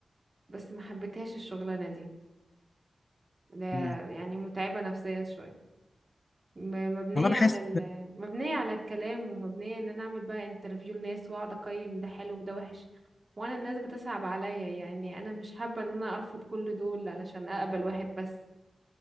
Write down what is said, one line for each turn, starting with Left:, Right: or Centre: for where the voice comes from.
Right: بس ما حبيتهاش الشغلانة دي ده
Left: مم.
Right: يعني متعبة نفسيا شوية م- مبنية
Left: والله بحس
Right: على ال... مبنية على الكلام ومبنية ان انا اعمل بقى انترفيو لناس واقعد اقيم ده حلو وده وحش وانا الناس بتصعب عليا يعني انا مش حابة ان انا ارفض كل دول علشان اقبل واحد بس